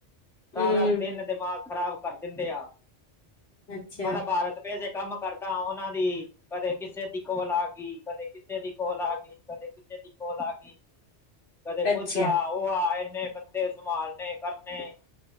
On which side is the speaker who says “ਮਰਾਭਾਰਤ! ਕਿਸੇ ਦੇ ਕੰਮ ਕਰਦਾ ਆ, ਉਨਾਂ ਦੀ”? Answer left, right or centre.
Centre